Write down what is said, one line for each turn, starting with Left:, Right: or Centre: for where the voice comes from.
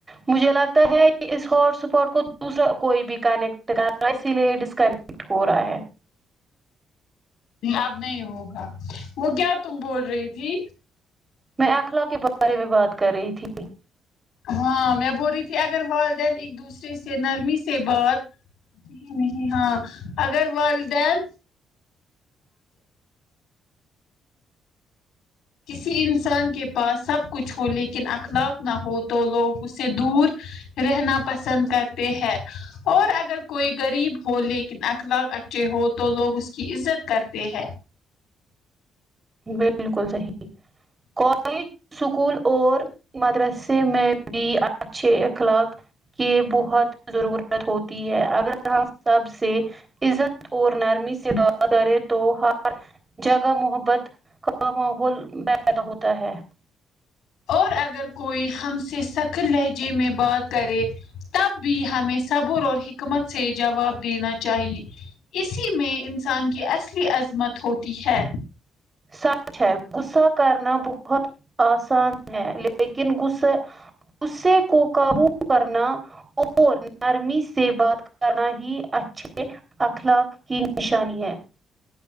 Right: مجھے لگتا ہے کہ اس ہاٹ اسپاٹ کو دوسرا کوئی بھی کنیکٹ کر رہا ہے اسی لیے ڈسکنیکٹ ہو رہا ہے
Left: آب نہیں ہوگا وہ کیا تم بول رہی تھی
Right: میں اخلاق کے بارے میں بات کر رہی تھی
Left: ہاں میں بول رہی تھی اگر والدین ایک دوسرے سے نرمی سے بات نہیں نہیں ہاں اگر وال دین کسی انسان کے پاس سب کچھ ہو لیکن اخلاق نہ ہو تو لوگ اس سے دور رہنا پسند کرتے ہیں اور اگر کوئی غریب ہو لیکن اخلاق اچھے ہو تو لوگ اس کی عزت کرتے ہیں
Right: بالکل صحیح کالج سکول اور مدرسے میں بھی ا چھے اخلاق کی بہت ضرورت ہوتی ہے اگر ہم سب سے عزت اور نرمی سے بات کرے تو ہر جگہ محبت ک ماحول پیدا ہوتا ہے
Left: اور اگر کوئی ہم سے سخت لہجے میں بات کرے تب بھی ہمیں صبر اور حکمت سے جواب دینا چاہیے اسی میں انسان کی اصلی عظمت ہوتی ہے
Right: سچ ہے غصہ کرنا بہت آسان ہے لیکن ے غصے کو قابو کرنا اور نرمی سے بات کرنا ہی اچھا اچھے اخلاق کی نشانی ہے